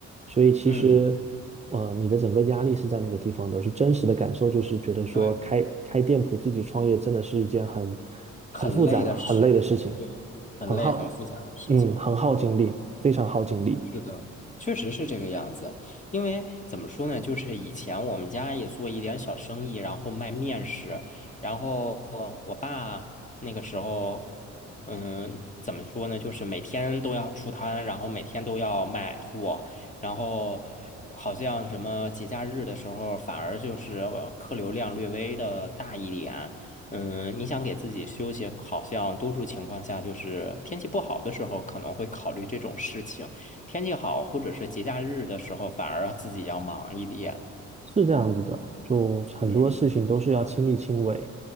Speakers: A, on the right; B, on the left.
A: 所以其实，
B: 嗯，
A: 呃，你的整个压力是在那个地方的。就真实的感受就是觉得说开，
B: 对，
A: 开店铺自己创业真的是一件很
B: 很累的事情，
A: 很复杂、很累的事情，
B: 对，很累很复杂的事情。
A: 很耗，嗯，很耗精力，非常耗精力。
B: 是的，确实是这个样子，因为怎么说呢，就是以前我们家也做一点小生意，然后卖面食，然后我爸那个时候，嗯，怎么说呢，就是每天都要出摊，然后每天都要卖货，然后好像什么节假日的时候，反而就是呃客流量略微的大一点。嗯，你想给自己休息，好像多数情况下就是天气不好的时候可能会考虑这种事情。天气好或者是节假日的时候，反而自己要忙一点。
A: 是这样子的，就很多事情都是要亲力亲为。
B: 嗯